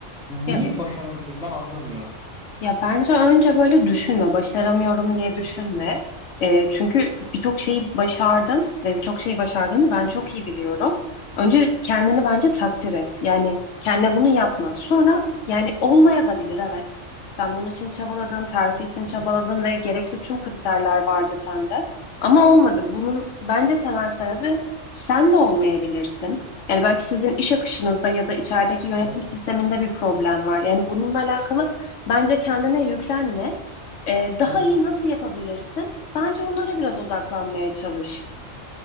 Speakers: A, on the left (about 75°); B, in the centre.
A: Ya
B: niye başaramıyorum ben anlamıyorum.
A: Ya bence önce böyle düşünme, başaramıyorum diye düşünme. Ee, çünkü birçok şeyi başardın ve birçok şeyi başardığını ben çok iyi biliyorum. Önce kendini bence takdir et. Yani kendine bunu yapma. Sonra yani olmaya da bilir evet. Sen bunun için çabaladın, terfi için
B: Hı
A: çabaladın ve gerekli tüm kriterler vardı sende. Ama olmadı. Bunun bence temel sebebi sen de olmayabilirsin. Yani belki sizin iş akışınızda ya da içerideki yönetim
B: hı.
A: sisteminde bir problem var. Yani bununla alakalı Bence kendine yüklenme. Ee, daha
B: Hı
A: iyi nasıl yapabilirsin? Bence onlara biraz odaklanmaya çalış.